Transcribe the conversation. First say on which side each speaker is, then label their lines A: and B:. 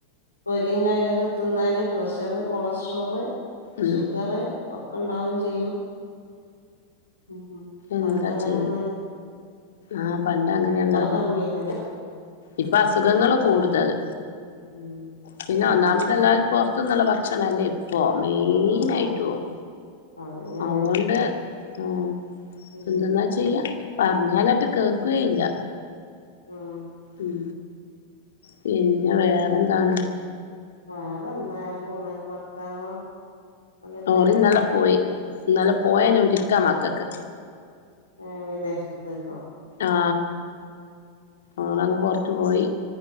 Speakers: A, on the left; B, on the left.
A: പൊരിയും കാര്യങ്ങളെക്കെ തിന്നാല് പ്രഷർ കൊളസ്ട്രോള്
B: ഉം
A: ഷുഗർ ഒക്കെ ഉണ്ടാവയും ചെയ്യും ഉം
B: എന്താ
A: പണ്ട് അങ്ങനെന്നും
B: ചെയ്യ ആഹ് പണ്ട് അങ്ങനെയല്ലാതാ
A: കമ്മിയായിരുന്നല്ലോ
B: ഇപ്പൊ അസുഖങ്ങള് കൂടുതല്
A: ഉം അതന്നെ
B: പിന്നെ ഒന്നാമതല്ലാ പൊറത്തുന്നുള്ള ഭക്ഷണം അല്ലേ പ്പോ മെയിൻ
A: ആഹ് ആഹ്
B: ആയിട്ടും
A: അതന്നെയാണ്
B: അ ഓണ്ട് ഉം
A: ഉം
B: എന്തെന്നാ ചെയ്യാ പറഞ്ഞാലെട്ട് കേക്കോയില്ല
A: ഉം
B: ഉം പിന്നെ വേറെന്താണ്
A: വേറെന്താ ഇങ്ങനെ പോണ് ഭർത്താവോ അവിടെയുള്ള
B: ഓറിന്നലെ
A: ആളല്ലേ
B: പോയി ഇന്നലെ പോയ നൊരുക്കാ മക്കക്ക്
A: ഏ വിദേശത്തേക്കോ
B: ആ ഓറങ്ങ് പൊറത്ത് പോയി